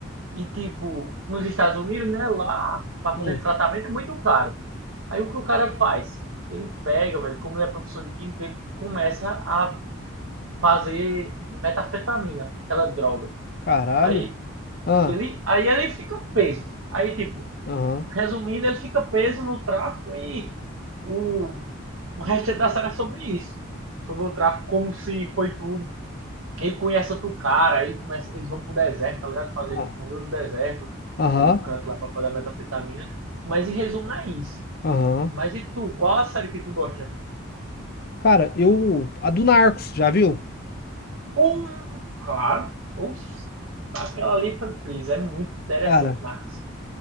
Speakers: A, on the right; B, on the left.
A: E tipo, nos Estados Unidos, né, lá pra fazer
B: hum,
A: tratamento é muito caro. Aí o que o cara faz? Ele pega, velho, como ele é professor de química, ele começa a fazer metanfetamina, aquela droga.
B: caralho.
A: Aí
B: Ah,
A: Ele, aí ele fica preso. Aí, tipo,
B: aham,
A: resumindo, ele fica preso no tráfico e o, o resto da série é sobre isso. Sobre o tráfico, como se foi tudo. Ele conhece outro cara, ele começa, eles vão pro deserto, tá ligado? Fazer
B: ah,
A: tipo no meio do deserto,
B: aham,
A: o canto lá pra pagar metafetamina. Mas em resumo é isso.
B: aham.
A: Mas e tu, qual a série que tu gosta?
B: Cara, eu... A do Narcos, já viu?
A: Um, claro. Oxi, aquela ali foi presa. É muito interessante,
B: Cara,
A: Marcos.